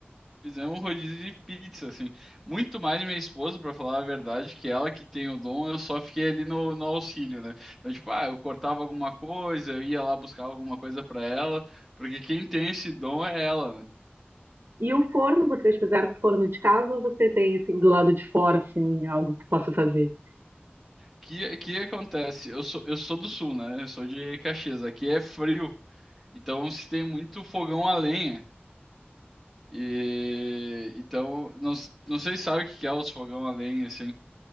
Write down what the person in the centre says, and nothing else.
Fizemos um rodízio de pizza, assim. Muito mais minha esposa, pra falar a verdade, que ela que tem o dom, eu só fiquei ali no, no auxílio, né? Então, tipo, ah, eu cortava alguma coisa, eu ia lá buscar alguma coisa pra ela, porque quem tem esse dom é ela, né?
Que, que acontece? Eu sou, eu sou do sul, né? Eu sou de Caxias. Aqui é frio, então se tem muito fogão a lenha. E então, não, não sei se sabe o que que é os fogão a lenha, assim.